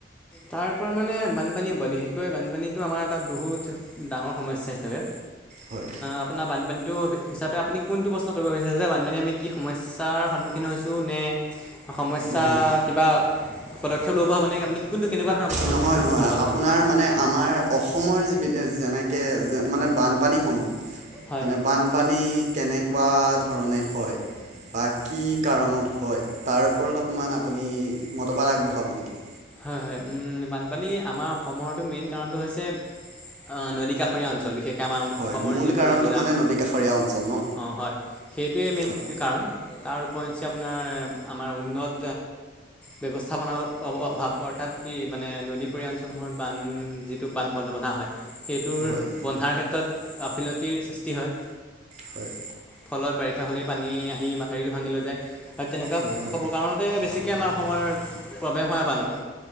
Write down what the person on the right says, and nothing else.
হয়
নহয়
নহয়
নহয়
আপোনাৰ
মানে আমাৰ অসমৰ যি, যেনেকে যে মানে বানপানীসমূহ।
মানে বানপানী কেনেকুৱা ধৰণে হয়! বা কি কাৰণত হয় তাৰ ওপৰত অকমান আপুনি মতবাদ আগবঢ়াব নেকি?
হয়
মূল
কাৰণটো
মানে নদী কাষৰীয়া অঞ্চল ন
হয়
হয়
হয়
হয় হয়